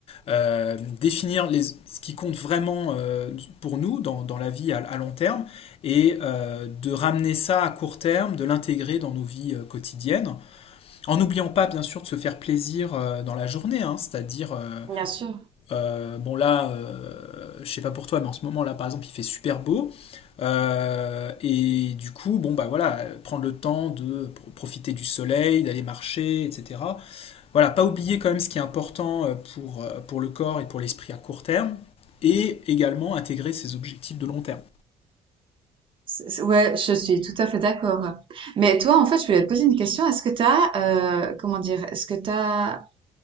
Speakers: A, on the left (about 50°); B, on the right (about 45°).
A: euh, définir les, ce qui compte vraiment euh, pour nous dans, dans la vie à, à long terme et euh, de ramener ça à court terme, de l'intégrer dans nos vies euh, quotidiennes. En n'oubliant pas, bien sûr, de se faire plaisir euh, dans la journée, hein, c'est-à-dire, euh,
B: Bien sûr.
A: euh, bon là, euh, je sais pas pour toi, mais en ce moment là, par exemple, il fait super beau, Euh, et du coup, bon bah voilà, prendre le temps de pro- profiter du soleil, d'aller marcher, etc. Voilà, pas oublier quand même ce qui est important euh, pour, euh, pour le corps et pour l'esprit à court terme, et également intégrer ses objectifs de long terme.
B: C'est- c'est- Ouais, je suis tout à fait d'accord. Mais toi, en fait, je voulais te poser une question. Est-ce que t'as, euh, comment dire, est-ce que t'as